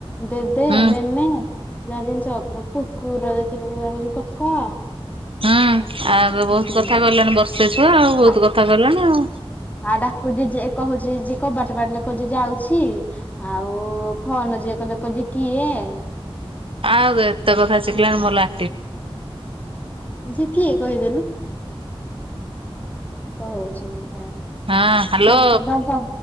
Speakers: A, on the left (about 15°); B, on the right (about 65°).
A: ଦେଦେ
B: ହୁଁ
A: ନେନେ ଯାହା ଜିନିଷ କୁ କୁକୁର ଦେଖିଲ ଡାକୁଚି କକ। <inaudible>
B: ହୁଁ
A: ଡାକୁଚି
B: ଆ
A: <unintelligible>
B: ବହୁତ କଥା କହିଲାଣି ବର୍ଷେ ଛୁଆ ଆଉ ବହୁତ କଥା କହିଲାଣି ଆଉ।
A: ଆଁ ଡାକୁଚି ଯିଏ କୋହୁଚି ଯି ଯିଏ କବାଟ ବାଡେଇଲେ କୋହୁଚି ଯାଉଛି ଆଉ ଫୋନ ଯିଏ କଲେ କୋହୁଚି କିଏ। <inaudible>
B: ଆଉ ଏତେ କଥା ଶିଖିଲାଣି ମଲା
A: ଝିଅ କିଏ କହିଦେନୁ। କଁ ହୋଉଛି ସେ।
B: ହଁ ହ୍ୟାଲୋ।
A: <unintelligible>